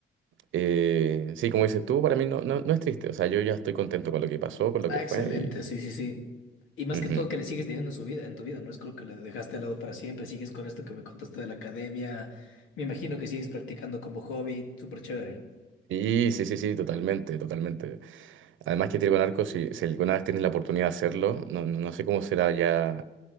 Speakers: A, on the right; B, on the left.
A: eh, sí, como dices tú, para mí no, no, no es triste. O sea, yo ya estoy contento con lo que pasó, con lo
B: Ah,
A: que fue.
B: excelente,
A: Y,
B: sí, sí, sí. Y más
A: ujú.
B: que todo que le sigues teniendo en su vida, en tu vida, no es como que le dejaste al lado para siempre, sigues con esto que me contaste de la academia, me imagino que sigues practicando como hobby, súper chévere.
A: Y sí, sí, sí, totalmente, totalmente. Además que trigo en arco, si, si alguna vez tienes la oportunidad de hacerlo, no, no, no sé cómo será ya